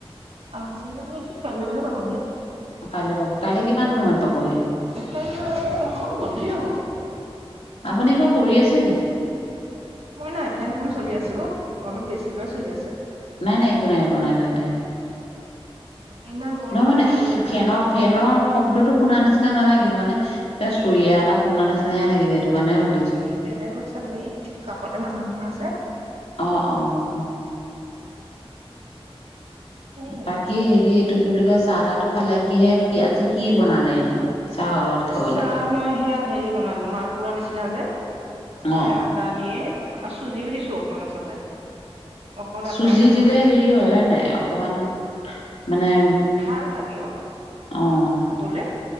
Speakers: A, on the right; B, on the left.
A: আজি মানে, সি কাইলৈ মানে পাবহি।
B: কাইলে পাব, কাইলে কিমান সময়ত পাবহি?
A: <unintelligible> হ'ব গধূলি হ'ব।
B: আপুনি, কিবা কৰি আছে নি?
A: একো নাই, ফেনখন চলি আছো অ', অলপ বেছিকৈ চলি আছে।
B: নাই, নাই একো নাই, একো নাই, তেন্তে
A: ইমান গৰমত
B: নহয় মানে
A: নোৱাৰি দেখোন
B: ফেনৰ ফেনৰ শব্দটো শুনা নিচিনা নালাগিল মানে, কিবা চৰিয়া এটা শুনা নিচিনাই লাগিলে, এইটো কাৰণে হে
A: এই বেলেগত ছাগৈ, এই কাষতে মানুহ এঘৰ আছে।
B: অ', অ'।
A: এ
B: বাকী হেৰি, এইটো কি বুলি কয়, চাহ-তাহটো খালে, কিহে কি আজি কি বনালে এনেই। চাহৰ লগত খাবলে
A: চাহ মই হেয়া হেৰি বনালো, মালপুৰা নিচিনা যে, এয়া।
B: অ
A: তাৰ দিয়ে, আ, চুজিও দিছোঁ অকমান আচলতে। অকল
B: চুজি
A: আটাই নহয়
B: দিলে হেৰি হয়, হয় নাই, অকমান মানে
A: ভাল লাগে অ
B: অ'।
A: খাবলে,